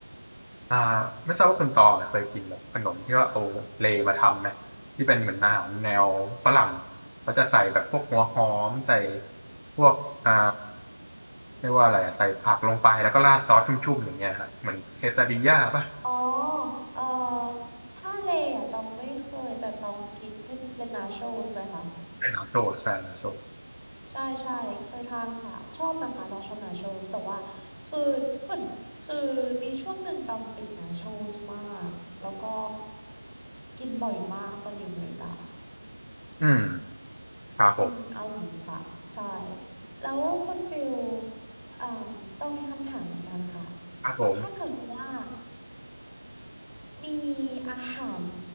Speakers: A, on the left; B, on the right.
A: อ่าไม่ทราบว่าคุณตองเนี่ยเคยกินแบบขนมที่ว่าเอาเลย์มาทำไหมที่เป็นเหมือนอาหารแนวฝรั่งเขาจะใส่แบบพวกหัวหอมใส่พวกอ่าเรียกว่าอะไรอะใส่ผักลงไปแล้วก็ราดซอสชุ่มๆอย่างเงี้ยครับเหมือนเคซาดิญ่าปะ
B: อ๋อเอ่อถ้าเลอ่ะตองไม่เคยแต่ตองกินเพชรเป็นนาโชสไหมคะ
A: ใช่นาโชใช่นาโช
B: ใช่ใช่เคยทานค่ะชอบนะคะตองชอบนาโชสแต่ว่าคือเหมือนคือมีช่วงหนึ่งตองติดนาโชสมากแล้วก็กินบ่อยมากตอนอยู่อเมริกา
A: อืมครับผม
B: อืมอร่อยค่ะใช่แล้วคุณฟิลอ่อต้องมีคำถามเหมือนกันค่ะ
A: ครับผม
B: ถ้าเกิดว่า มีอาหาร